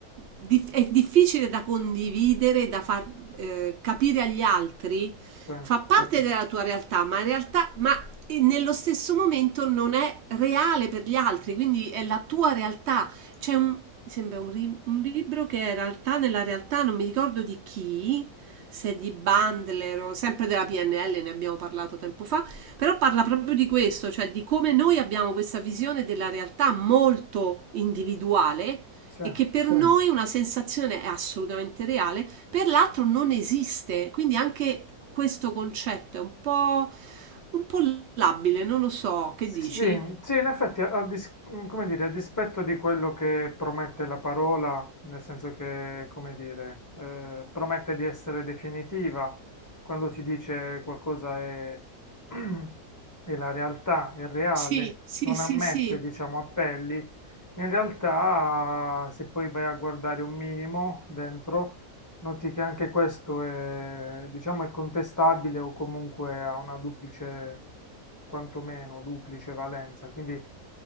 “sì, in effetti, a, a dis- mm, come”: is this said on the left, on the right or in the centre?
Left